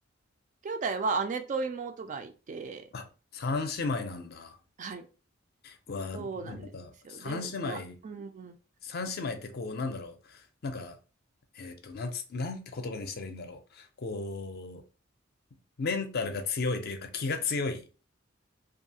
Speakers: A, on the right; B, on the left.
A: 兄弟は姉と妹がいて、
B: あ、三姉妹なんだ。
A: はい。
B: は、
A: そうなんですよ。
B: でもなんか、三姉妹
A: で、まあ、うん。
B: 三姉妹ってこう、なんだろう。なんか、えっと、なんつ、なんて言葉にしたらいいんだろう。こう、メンタルが強いというか気が強い